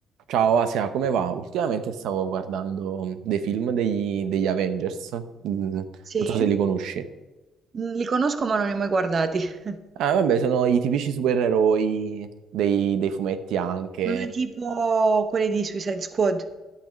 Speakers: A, on the right; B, on the right.
A: Ciao Asia, come va? Ultimamente stavo guardando mm, dei film degli, degli Avengers, mm, non
B: Sì?
A: so se li conosci.
B: Mhmm, li conosco ma non li ho mai guardati. <laughs>
A: Ah, vabbè, sono i tipici supereroi dei, dei fumetti anche.
B: Ma tipo quelli di Suicide Squad?